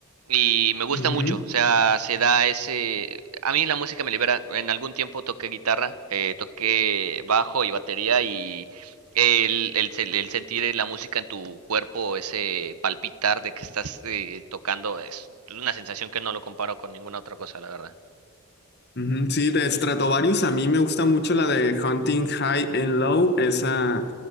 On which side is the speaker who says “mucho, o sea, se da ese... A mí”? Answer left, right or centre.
Right